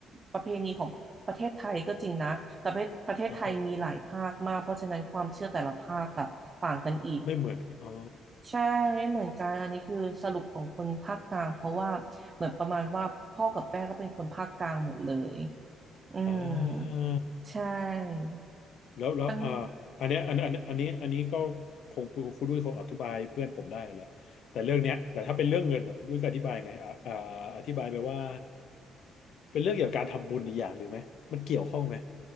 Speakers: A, on the right (about 35°); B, on the left (about 70°).
A: ประเพณีของประเทศไทยก็จริงนะแต่ประเทศประเทศไทยมีหลายภาคมากเพราะฉะนั้นความเชื่อแต่ละภาคอะต่างกันอีก
B: อ่ะฮะไม่เหมือนกันอ๋อ
A: ใช่ไม่เหมือนกันอันนี้คือสรุปของคนภาคกลางเพราะว่าเหมือนประมาณว่าพ่อกับแม่ก็เป็นคนภาคกลางหมดเลยอืม
B: อ่า
A: ใช่
B: แล้วแล้วอ่า
A: มัน
B: อันเนี้ยอันอันอันนี้อันนี้ก็คงคุณคุณด้วยคงอธิบายเพื่อนผมได้แหละแต่เรื่องเนี้ยแต่ถ้าเป็นเรื่องเงินน่ะคุณด้วยก็อธิบายไงอ่าอ่าอธิบายไปว่าเป็นเรื่องเกี่ยวกับการทำบุญอีกอย่างหรือไหมมันเกี่ยวข้องไหม